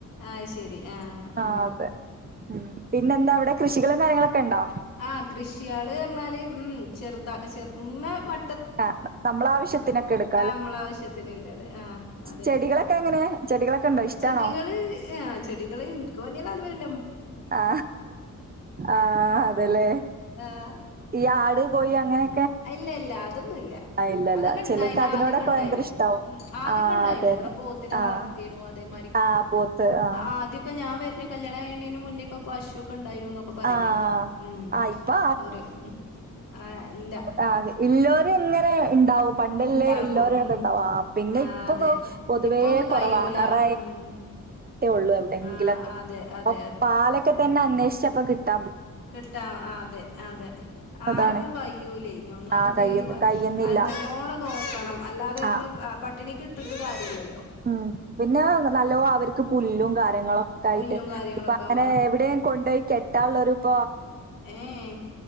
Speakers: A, on the left; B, on the right.
A: ആഹ് ശരി ആഹ്
B: ആ
A: ആഹ്
B: അതെ പിന്നെന്താ അവിടെ കൃഷികളും കാര്യങ്ങളക്കെ ഉണ്ടോ
A: ആഹ കൃഷിയള് പറഞ്ഞാല് ഉ ചെറുതാ ചെറുന്ന മ
B: ആ നമ്മളെ ആവശ്യത്തിനൊക്കെ എടുക്കും
A: ആ നമ്മള ആാവശ്യത്തിന്ല്ലത് ആഹ അതെ
B: ചെടികളൊക്കെ എങ്ങനെ ചെടികളൊക്കെ ഉണ്ടോ ഇഷ്ടാണോ
A: ചെടികള് ആ ചെടികള് എനിക്ക് വലിയതല്ല ലും
B: ആ ആഹ അതല്ലേ
A: ആഹ്
B: ഈ ആട് കോയി അങ്ങനെ
A: ഇല്ല ഇല്ല അതോന്നുല്ല
B: ഇല്ലല്ല
A: അതൊക്കെ ഉണ്ട
B: ചിലർക്ക് അതിനോടൊക്കെ
A: ആദ്യൊക്കെ ഉണ്ട
B: ഭയങ്കര ഇഷ്ടാവും
A: ഉ ആദ്യൊക്കെ
B: ആഹ്
A: ഉണ്ടായി
B: അതന്നെ
A: ഇവിടെ പോത്തിന വളർത്തിന
B: ആഹ്
A: അതേമാ
B: ആഹ് പോത്ത് ആഹ്
A: ആദ്യക്കെ ഞൻ കല്യാണകാഴീനീന്റെ മുന്നേക്കെ പാശുോക്കണ്ടയ്ൻ ണ്ടായിന്നൊക്കെ പറയുന്നേക്കാം
B: ആഹ്
A: ഉ
B: ആഹ് ഇപ്പൊ
A: ഒരു ആല്ല
B: ആ എല്ലാവരും ഇങ്ങനെ ഉണ്ടാവും പണ്ടല്ലേ
A: ഇണ്ടാക്കും
B: എല്ലാവരുംക്കെ
A: ഉം
B: ഉണ്ടാവും പിന്നെ
A: ആ
B: ഇപ്പൊ
A: അതെ
B: പൊതുവേ
A: ഇപ്പൊന്നും കയ്യൂല
B: കുറവാ അററ
A: ഉം
B: ള്ളൂ എവിടെങ്കിലൊക്കെ
A: ആ അതെ അതെ
B: അ പാലൊക്കെ തന്നെ അന്വേഷ പ്പ കിട്ടാോ
A: കിട്ടാം അതെ അതെ ആർക്കും
B: അതാണ്
A: കഴൂലേ ഒന്നാമത്
B: ആഹ് കയ്യ
A: ഈ
B: കയ്യുന്നില്ല
A: നല്ലോണം നോക്കണം അല്ലാതെ നമ്മള്
B: ആഹ്
A: പട്ടിണിക്ക്‌ ഇട്ട് കാര്യില്ലല്ലോ
B: ഉം പിന്നെ നല്ലോ അവർക്ക് പുല്ലുങ്ക ങ്ങളൊക്കെ
A: പുല്ലും
B: ആയിട്ട്
A: കാര്യങ്ങളൊക്കെ
B: ഇപ്പ അങ്ങനെ എവിടെയും കൊണ്ട പോയി ക ട്ടരുപ്പ
A: ഏഹ